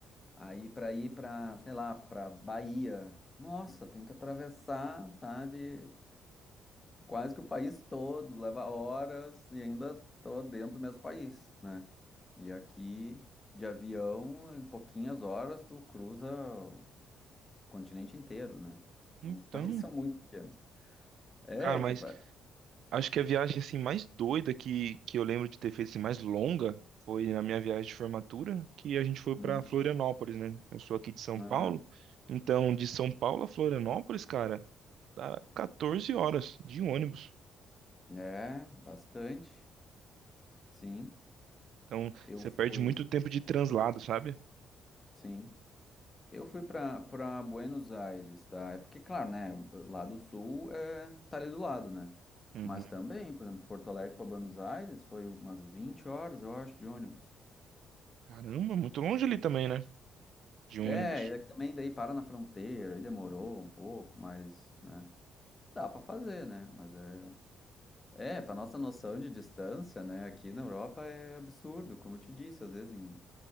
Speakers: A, on the left; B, on the right.
A: Aí para ir para, sei lá, para Bahia. Nossa, tem que atravessar, sabe? Quase que o país todo, leva horas e ainda tô dentro do mesmo país, né? E aqui de avião, em pouquinhas horas tu cruza o continente inteiro, né? Então
B: Então,
A: os países <laughs> são muito pequenos. É
B: cara, mas
A: que
B: Acho que a viagem assim mais doida que, que eu lembro de ter feito assim, mais longa foi na minha viagem de formatura, que a gente foi para
A: Hum.
B: Florianópolis, né? Eu sou aqui de São
A: Ah,
B: Paulo, então de São Paulo a Florianópolis, cara, dá 14 horas de ônibus.
A: é bastante. Sim,
B: Então
A: eu
B: você
A: fui,
B: perde muito tempo de translado, sabe?
A: sim. Eu fui pra para Buenos Aires, tá? É porque, claro, né? Lá do sul é, tá ali do lado, né?
B: Uhum.
A: Mas também, por exemplo, de Porto Alegre para Buenos Aires foi umas 20 horas, eu acho, de ônibus.
B: Caramba, muito longe ali também, né? De ônibus.
A: É, e daí também daí para na fronteira, aí demorou um pouco, mas, né? Dá pra fazer, né? Mas é. É, pra nossa noção de distância, né? Aqui na Europa é absurdo, como eu te disse, às vezes em,